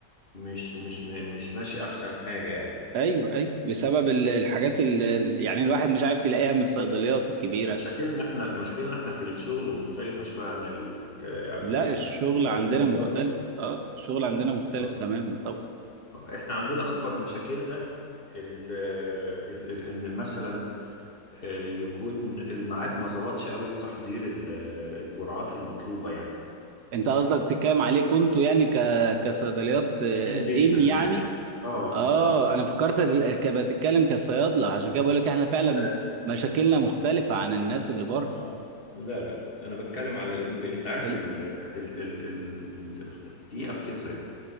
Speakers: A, on the left (about 35°); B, on the right (about 80°).
A: مش مش مش ماشي احسن حاجة يعني
B: ايوه اي بسبب ال- الحاجات اللي يعني الواحد مش عارف يلاقيها من الصيدليات الكبيره
A: مشاكلنا احنا مشاكلنا احنا في الشغل مختلفة شوية عن ال... عن
B: لا الشغل
A: الولايات
B: عندنا
A: اللي بره
B: مختلف اه الشغل عندنا مختلف
A: آه.
B: تماما طب
A: احنا عندنا اكبر مشاكلنا ال- ال- ال- ان مثلا آه، يكون الميعاد ما ظبطش قوي في تحضير ال- الجرعات المطلوبه يعني
B: انت قصدك بتتكلم عليكم انتوا يعني ك كصيدليات آه،
A: كان بيشنت
B: ان يعني
A: يعني اه
B: اه
A: اه
B: انا فكرت ال- ك- بتتكلم كصيادله عشان كده بقول لك احنا فعلا
A: عارف
B: مشاكلنا مختلفه عن الناس اللي بره
A: اه لا لا انا بتكلم على الام بي انت عارف
B: ال-
A: ال ال ال ال ال- الدقيقه بتفرق